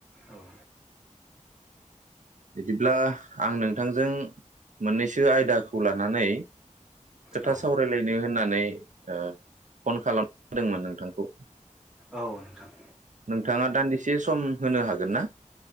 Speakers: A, in the centre; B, on the right.
A: औ।
B: बिदिब्ला आं नोंथांजों मोननैसो आयदाखौ लानानै। खोथा
A: औ
B: सावरायलायनो होननानै। ओ फन खालामदोंमोन नोंथांखौ।
A: औ नोंथां।
B: नोंथाङा दान्दिसे सम होनो हागोन ना।